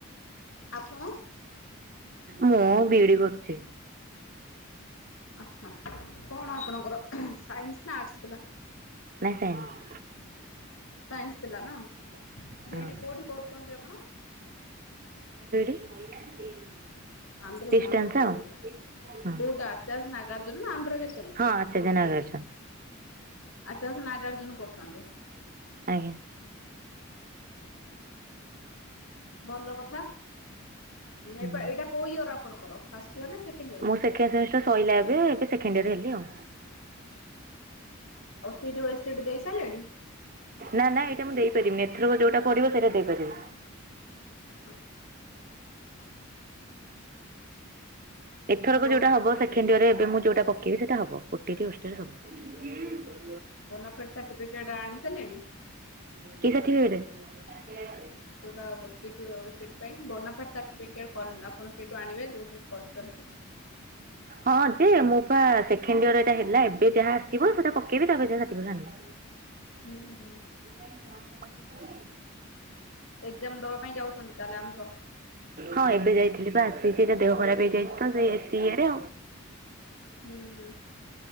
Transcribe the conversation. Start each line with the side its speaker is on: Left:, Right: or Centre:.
Left: ଆପଣ
Right: ମୁଁ ବି ଡି କରୁଚି।
Left: ଆଚ୍ଛା। କଣ ଆପଣଙ୍କର ହ ସାଇନ୍ସ୍ ନା ଆର୍ଟସ୍ ଥିଲା?
Right: ନାଇଁ ସାଇନ୍ସ।
Left: ସାଇନ୍ସ ଥିଲା ନା ବି
Right: ହଁ
Left: ଡି କୋଉଠି କରୁଚନ୍ତି ଆପଣ?
Right: <inaudible>
Left: ଆନ୍ଧ୍ର
Right: ଡିଷ୍ଟାନ୍ସ
Left: ବି ଡି କରୁଚନ୍ତି
Right: ଆଉ ହଁ
Left: କୋଉଟା ଆଚାର୍ଯ୍ୟ ନାଗାର୍ଜୁନ ନା ଆନ୍ଧ୍ରକେଶ୍ୱରୀ?
Right: ହଁ ଆଚାର୍ଯ୍ୟ ନାଗାର୍ଜୁନ।
Left: ଆଚାର୍ଯ୍ୟ ନାଗାର୍ଜୁନ କରୁଚନ୍ତି?
Right: ଆଜ୍ଞା।
Left: ଭଲ କଥା
Right: ହୁଁ
Left: ଏ ପା ଏଇଟା କୋଉ ଇୟର ଆପଣଙ୍କର ଫାଷ୍ଟ୍ ଇୟର ନା ସେଖେଣ୍ଡ୍ ଇୟର?
Right: ମୋର ସେଖେଣ୍ଡ ସେମିଷ୍ଟାର୍ ସଇଲା ଏବେ। ଏବେ ସେଖେଣ୍ଡ ଇୟର୍ ହେଲି ଆଉ।
Left: O T D U S D T ଦେଇ ସାରିଲେଣି?
Right: ନା ନା ଏଇଟା ମୁଁ ଦେଇପାରିବିନି। ଏଥରକ ଯୋଉଟା ପଡିବ ସେଇଟା ଦେଇପାରିବି।
Left: ଆଛା
Right: ଏଥରକ
Left: ବୋନାଫାଏଡ
Right: ଯୋଉଟା ହବ
Left: ସାର୍ଟି
Right: ସେଖେଣ୍ଡିୟରେ ଏବେ ମୁଁ ଯୋଉଟା ପକେଇବି ସେଇଟା ହବ। O T D O S D T. ହବ।
Left: ବୋନାଫେଡ ସାର୍ଟିଫିକେଟ୍ ଆଣି ସାରିଲେଣି?
Right: କି ସାର୍ଟିଫିକେଟେ? <inaudible>
Left: ଯୋଉଟା O T D O S D T. ପାଇଁ ବନାଫାଟ ସାର୍ଟିଫିକେଟ ଫଲ ଆପଣ ସେଇଠୁ ଆଣିବେ ଯୋଉଠି କରିଛନ୍ତି
Right: ହଁ ଯେ ମୁଁ ପା ସେଖେଣ୍ଡ୍ ଇୟର ଏଟା ହେଲା ଏବେ ଯାହା ଆସିବ ସେଟା ପକେଇବି ତାପରେ ଯାହା ସାର୍ଟିଫିକେଟ ଆଣିବି।
Left: ହୁଁ ହୁଁ।
Right: <inaudible>
Left: ଏକ୍ଜାମ୍ ଦବା ପାଇଁ ଯାଉଚନ୍ତି ତାହେଲେ? ଆନ୍ଧ୍ର?
Right: ହଁ ଏବେ ଯାଇଥିଲି ପା ଆସିଚି ଏଇଟା ଦେହ ଖରାପ ହେଇଯାଇଛି। ସିଏ ସିଏର।
Left: ହୁଁ